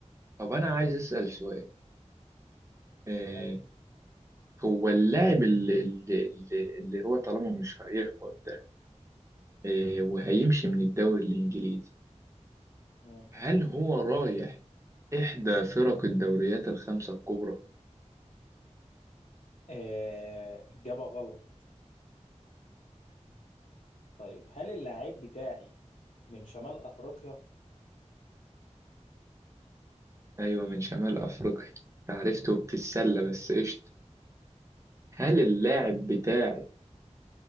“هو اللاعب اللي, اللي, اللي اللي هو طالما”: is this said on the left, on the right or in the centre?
Right